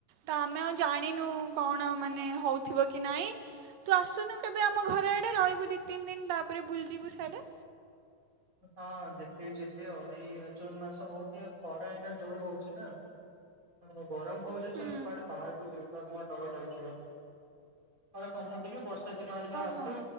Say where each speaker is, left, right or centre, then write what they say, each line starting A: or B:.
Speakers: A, on the right; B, on the right.
A: ତ ଆମେ ଆଉ ଜାଣିନୁ କଣ ମା ନେ ହଉଥିବ କି ନାଇଁ, ତୁ ଆସୁନୁ କେବେ ଆମ ଘର ଆଡେ ରହିବୁ ଦି ତିନି ଦିନ ତାପରେ ବୁଲଯିବୁ ସିଆଡେ?
B: ହଁ ଦେଖିକି ଯିବି ଆଉ, ଏଇ ଜୁନ ମାସ ହଉ ଟିକେ ଖରା ଏଇନା ଜୋର ହଉଛି ନା <unintelligible> ଗରମ ହଉଛି ଯେ
A: ଅଁ
B: ମୁଁ କୁଆଡେ ବାହାରକୁ ଯି ଖରାକୁ ବା ଡର ଲାଗୁଚି ବହୁତ, ଖରା କମୁ ଟିକେ ବସ ର୍ଷା ଦିନ ହେରିକା ଆସୁ
A: ହଁ